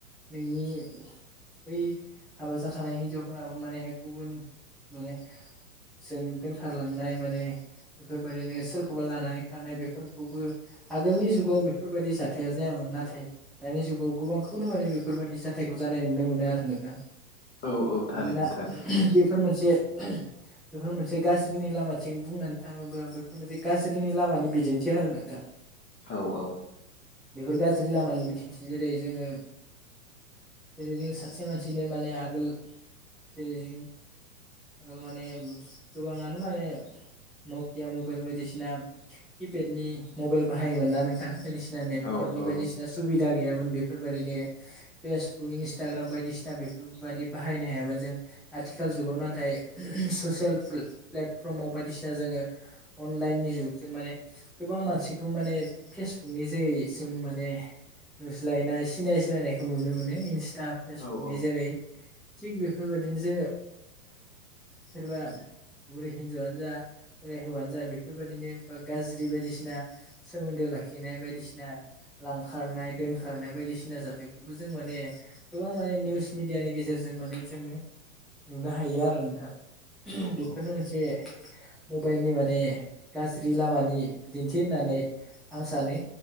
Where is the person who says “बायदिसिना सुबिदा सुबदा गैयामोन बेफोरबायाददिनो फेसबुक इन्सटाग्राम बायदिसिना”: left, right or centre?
Centre